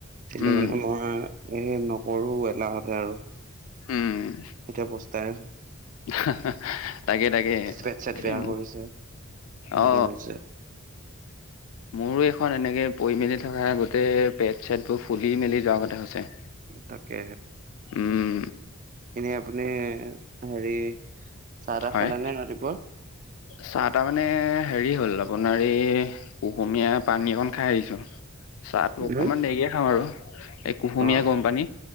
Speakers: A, on the right; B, on the left.
A: কিন্তু
B: উম
A: মানে মই এ নকৰো এলাহতে আৰু
B: উম
A: এতিয়া পস্তাই আছো
B: হা হা তাকে তাকে
A: পেট চেট
B: এই
A: বেয়া কৰিছে হেৰি
B: অ
A: হৈছে
B: মোৰো এখন এনেকে পৰি মেলি থকা গোটেই পেট চেট বোৰ ফুলি মেলি যোৱাৰ কথা হৈছে
A: তাকে
B: উম
A: হে আপনি হেৰি চাহ তাহ
B: হয়
A: খালে নে ৰাতিপুৱা?
B: চাহ তাহ মানে হেৰি হ'ল অ আপোনাৰ কুহুমীয়া পানীকন খাই আহিছো চাহটো
A: হুম?
B: অকমান দেৰি খাাম আৰু এই কুহুমীয়া
A: অ
B: গম পানী